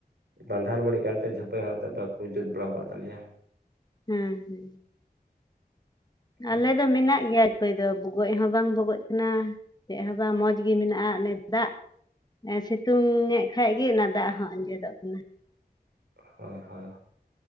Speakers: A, on the right; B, on the left.
A: ᱵᱟᱸᱫᱷᱟ ᱵᱟᱹᱲᱤᱡ ᱠᱟᱱᱛᱮ ᱡᱷᱟᱹᱯᱟᱹᱭ ᱦᱚᱸ ᱟᱛᱮ ᱵᱟᱠᱚ ᱡᱟᱹᱛ ᱵᱟᱲ ᱟᱠᱟᱜ ᱛᱟᱞᱮᱭᱟ
B: ᱦᱩᱸ ᱦᱩᱸ
A: ᱦᱳᱭ
B: ᱟᱞᱮ ᱫᱚ ᱢᱮᱱᱟᱜ ᱜᱮᱭᱟ ᱚᱠᱚᱭ ᱫᱚ ᱵᱚᱜᱚᱡ ᱦᱚᱸ ᱵᱟᱝ ᱵᱚᱜᱚᱡ ᱠᱟᱱᱟ ᱪᱮᱫ ᱦᱚᱸ ᱵᱟᱝ ᱢᱚᱡᱽ ᱜᱮ ᱢᱮᱱᱟᱜᱼᱟ ᱚᱱᱮ ᱫᱟᱜ ᱥᱤᱛᱩᱝ ᱮᱫ ᱠᱷᱟᱡᱜᱮ ᱚᱱᱟ ᱫᱟᱜ ᱦᱚᱸ ᱟᱸᱡᱮᱫᱚᱜ ᱠᱟᱱᱟ
A: ᱦᱳᱭ ᱦᱳᱭ